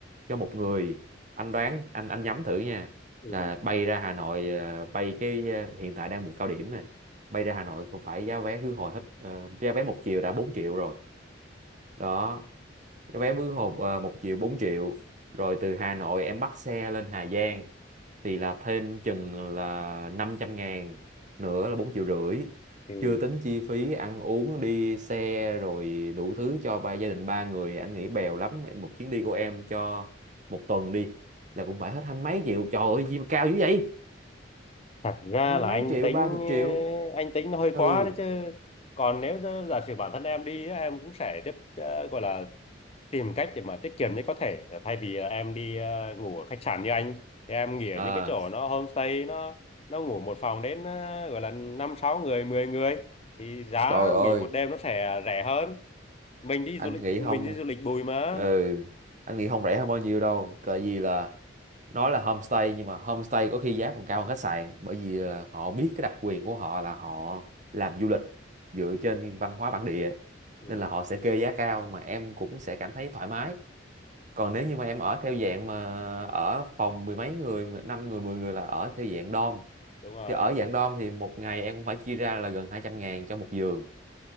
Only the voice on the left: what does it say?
Ừ.
Ừ.
thật ra
là
anh
tính
anh tính nó hơi
quá đấy chứ còn nếu giả giả sử bản thân em đi á, em cũng sẽ tiếp ờ, gọi là tìm cách để mà tiết kiệm nhất có thể thay vì là em đi ờ, ngủ ở khách sạn như anh thì em nghỉ ở
những cái chỗ nó homestay nó nó ngủ một phòng đến ờ, gọi là năm sáu người 10 người thì giá
nghỉ một đêm nó sẽ rẻ hơn mình đi
du lịch
mình
đi du lịch bụi mà
ừ,
đúng rồi